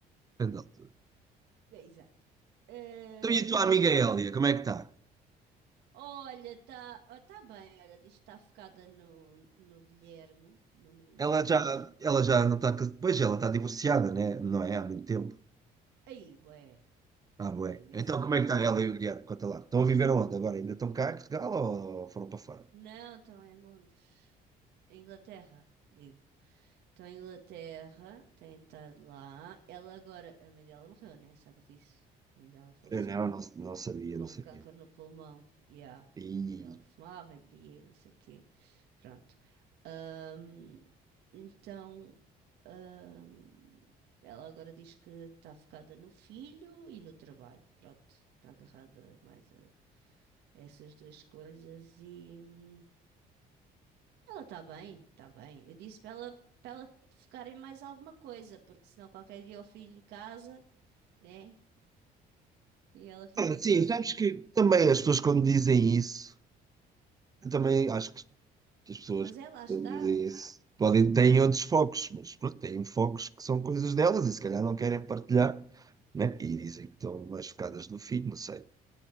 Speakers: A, on the right; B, on the right.
A: depende da altura. Depende da altura.
B: Ah, é, exato. Ah,
A: Então e a
B: e
A: tua
B: depois.
A: amiga Hélia, como é que está?
B: Olha, está tá oh, tá bem. Olha, diz que está focada no, no Guilherme, no menino
A: Ela
B: dela,
A: já,
B: né?
A: ela já não está. cas- Pois ela está divorciada, né? Não é? Há muito tempo.
B: Aí, bué.
A: Ah,
B: Ah,
A: bué.
B: Há imenso
A: Então
B: tempo.
A: como é que está
B: é.
A: ela e o Guilherme? Conta lá. Estão a viver onde agora? Ainda estão cá em Portugal ou foram para fora?
B: Não, estão em Londres. Em Inglaterra, digo. Estão em Inglaterra, tem estado lá. Ela agora, a mãe dela morreu, né? Sabes disso? A mãe dela faleceu
A: Eu não, não, não sabia,
B: com
A: não sabia.
B: câncer no pulmão. E a
A: E.
B: mãe dela fumava e bebia, e não sei o quê. Pronto. Ahm, então, ahm, ela agora diz que está focada no filho e no trabalho. Pronto, está agarrada mais a essas duas coisas e. hum, Ela está bem, está bem. Eu disse para ela, para ela focar em mais alguma coisa, porque senão qualquer dia o filho casa, né? E ela fica
A: Ah, Sim,
B: sozinha.
A: sabes que também as pessoas quando dizem isso, eu também acho que as pessoas
B: Mas ela está.
A: quando dizem isso podem, têm outros focos, mas pronto, têm focos que são coisas delas e se calhar não querem partilhar, né? E dizem que estão mais focadas no filho, não sei.